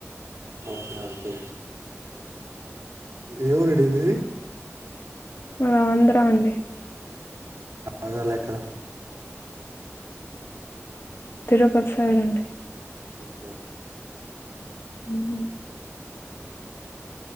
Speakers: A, on the right; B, on the left.
A: ఓ ఓకే ఎవూరండి మీది
B: మాది ఆంద్ర అండి
A: ఆంధ్రల ఎక్కడ?
B: తిరుపతి సైడ్ అండి
A: ఓకే ఓకే
B: <unintelligible>